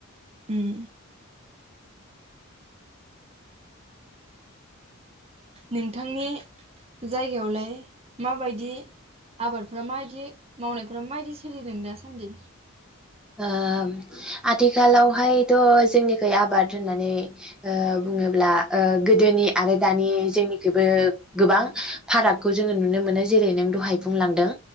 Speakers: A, on the right (about 25°); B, in the centre.
A: उम नोंथांनि जायगायावलाय माबायदि आबादफोरा माबायदि मावनायफोरा माबायदि सोलिदों दासान्दि
B: ओ आथिखालावहायथ' जोंनिखै आबाद होननानै ओ बुङोब्ला ओ गोदोनि आरो दानि जोंनिखैबो गोबां फारागखौ जोङो नुनो मोनो जेरै नों दहाय बुंलांदों